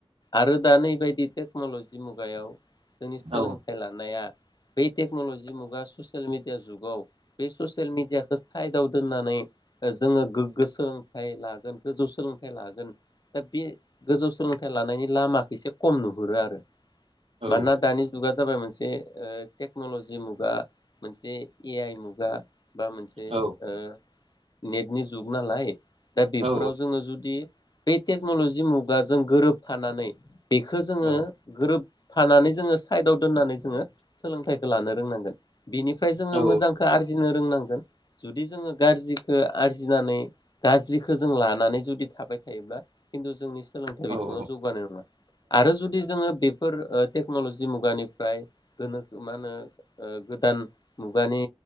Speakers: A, on the left; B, on the right.
A: आरो दा नैबायदि टेक्न'लजि मुगायाव जोंनि सोलोंथाइ
B: औ
A: लानाया बे टेक्नलजि मुगा ससियेल मिडिया जुगाव बे ससियेल मिडियाखौ साइदआव दोननानै जोङो गोग्गो सोलोंथाइ लागोन गोजौ सोलोंथाइ लागोन दा बे गोजौ सोलोंथाइ लानायनि लामाखौ एसे खम नुहुरो आरो।
B: औ
A: मानोना दानि जगा जाबाय मोनसे दे टेक्न'लजि मुगा मोनसे ए आइ मुगा बा मोनसे
B: औ
A: ओ नेटनि जुग नालाय दा बेफोराव
B: औ
A: जोङो जुदि बे टेक्न'ल'जि मुगाजों गोरोबफानानै बेखो जोङो
B: औ
A: गोरोब थानानै जोङो साइदाव दोननानै जोङो सोलोंथाइखौ लानो रोंनांगोन बिनिफ्राय जोङो
B: औ
A: मोजांखौ आरजिनो फोरोंनांगोन जुदि जोङो गाज्रिखौ आरजिनानै गाज्रिखौ जों लानानै जुदि थाबाय थायोब्ला खिन्थु जोंनि सोलोंथाइ बिथिङाव
B: औ
A: जौगानोब्ला आरो जुदि जोङो बे फोर टेक्न'ल'जि मुगानिफ्राय गोनोखो मा होनो गोदान मुगानि